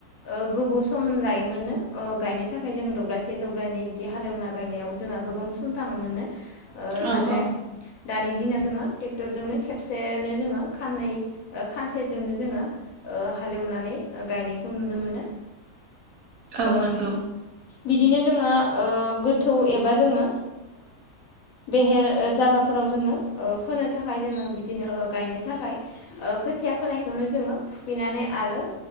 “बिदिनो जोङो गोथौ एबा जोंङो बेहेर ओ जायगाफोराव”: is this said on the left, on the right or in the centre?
Left